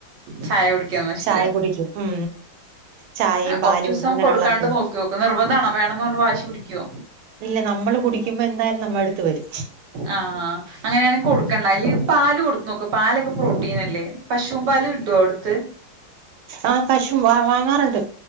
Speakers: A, on the right; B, on the right.
A: ചായ കുടിക്കുന്ന ശീലം
B: ചായകുടിക്കും ഉം ചായയും
A: ആഹ് കൊറച്ചൂസം
B: പാലും അങ്ങനെയുള്ളൊക്കെ
A: കൊടുക്കാണ്ട്
B: ഉണ്ട്
A: നോക്യോക്ക്. നിർബന്ധാണോ വേണന്ന് പറഞ്ഞ് വാശി പിടിക്യോ
B: ഇല്ല നമ്മള് കുടിക്കുമ്പ എന്തായാലും നമ്മളടുത്ത് വരും
A: ആഹ് അങ്ങനെയാണെ കൊടുക്കണ്ട. ഇല്ലെങ്കി പാല് കൊടുത്ത് നോക്ക് പാലൊക്കെ പ്രോട്ടീനല്ലേ പശും പാല് കിട്ടോ അടുത്ത്
B: ആഹ് പശും വാ വാങ്ങാറ്ണ്ട്